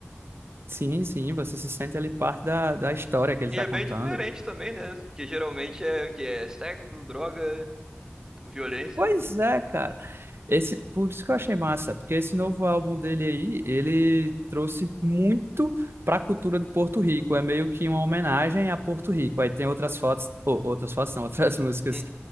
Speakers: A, on the right (about 65°); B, on the right (about 15°).
A: sim, sim. Você se sente ali parte da, da história que ele
B: E
A: está
B: é
A: contando.
B: bem diferente também, né? Que geralmente é o que é sexo, droga, violência.
A: Pois é, cara. Esse, por isso que eu achei massa, porque esse novo álbum dele aí, ele trouxe muito para a cultura de Porto Rico, é meio que uma homenagem a Porto Rico. Aí tem outras fotos, ou outras fotos não, <laughs> outras músicas
B: Hum.